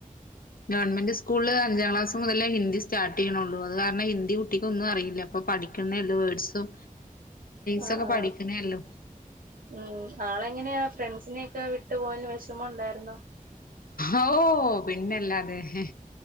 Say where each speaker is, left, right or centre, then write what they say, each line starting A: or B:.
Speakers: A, on the left; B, on the right.
A: ഗവൺമെന്റ് സ്കൂളിൽ അഞ്ചം ക്ലാസ് മുതലൊ ഹിന്ദി സ്റ്റാർട്ട് ചെയ്യണള്ളൂ അത് കാരണം ഹിന്ദി കുട്ടിക്ക് ഒന്നും അറിയില്ല പ്പൊ പഠിക്കുന്ന ഒള്ളു വേർഡ്സും. സൊക്കെ
B: ആ ആ
A: പഠിക്കണൊള്ളൂ
B: ഉം ആളെങ്ങനെയാ ഫ്രണ്ട്സിനെ ക്കെ വിട്ട് പോവാൻ വിഷമം ണ്ടായിരുന്നോ?
A: ഓ പിന്നല്ലാതെഹേ